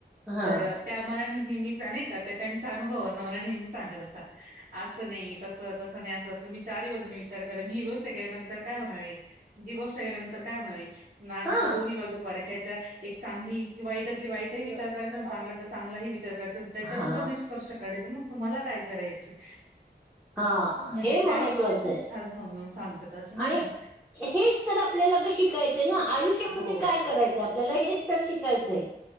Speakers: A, in the centre; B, on the right.
A: हा
B: तर त्या मला नेहमीच नाही का त्या त्यांच्या अनुभवावरन नेहमी सांगत असं, असं नाही तसं तसं नाही असं तुम्ही चार बाजूने विचार करा मी ही गोष्ट केल्यानंतर, काय होणार आहे, जी गोष्ट गेल्यानंतर काय होणार आहे, नाण्याच्या
A: हा
B: दोन्ही बाजू पर खायच्या एक चांगली वाईटातली वाईट ही विचार करायचा चांगल्यातला चांगलाही विचार करायचा. त्याच्यानंतर
A: हा
B: निष्कर्ष काढायचे मग तुम्हाला काय करायचय ‌?
A: हा
B: म्हणजे
A: हे
B: त्याही
A: महत्त्वाचं
B: मला खूप
A: आहे
B: छान समजून सांगतात अस नाही?
A: आणि
B: का
A: हेच तर आपल्याला शिकायच ना आयुष्यामध्ये
B: हो
A: काय करायच आपल्याला हे तर शिकायचय.